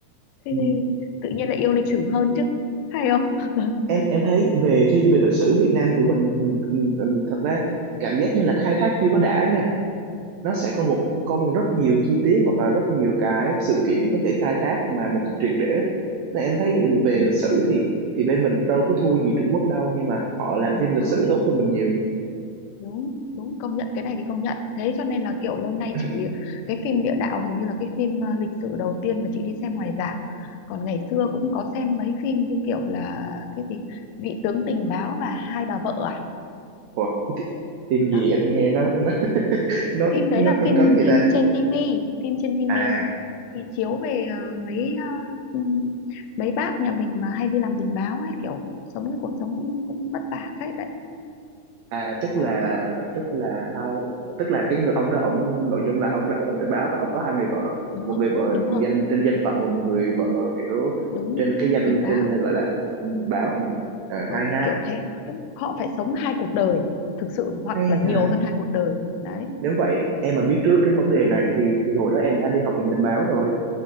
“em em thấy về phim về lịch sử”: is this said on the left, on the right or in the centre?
Right